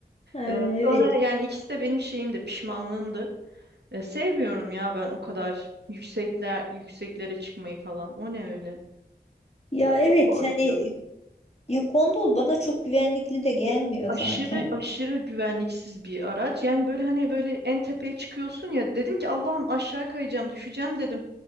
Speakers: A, on the left; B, on the right.
A: Ee,
B: Ee, sonra
A: Evet.
B: yani ikisi de benim şeyimdir, pişmanlığımdır. Ee, sevmiyorum ya ben o kadar yüksekler yükseklere çıkmayı falan. O ne öyle?
A: Ya evet
B: Çok korkuyorum.
A: hani ya gondol bana çok güvenlikli de gelmiyor
B: aşırı
A: zaten.
B: aşırı güvenliksiz bir araç. Yani böyle hani böyle en tepeye çıkıyorsun ya dedim ki Allah'ım aşağı kayacağım, düşeceğim dedim.